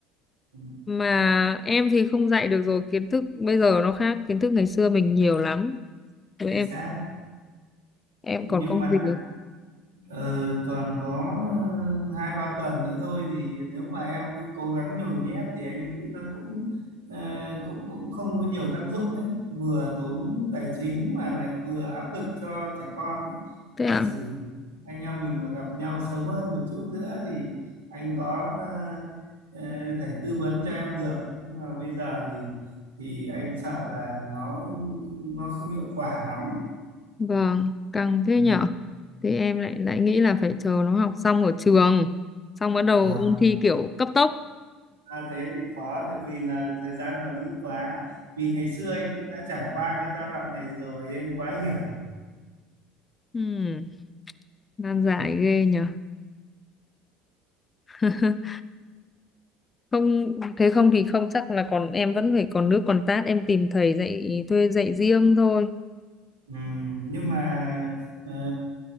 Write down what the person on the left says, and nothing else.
mà em thì không dạy được rồi kiến thức bây giờ nó khác kiến thức ngày xưa mình nhiều lắm với
em
còn công
việc
thế
ạ
vâng căng thế
nhở thì em lại lại nghĩ là phải chờ nó học xong ở trường xong bắt đầu
ôn thi kiểu cấp tốc
Ừm, nan giải ghê nhở <laughs> không thế không thì không chắc là còn em vẫn phải còn nước còn tát em tìm thầy dạy thuê dạy riêng thôi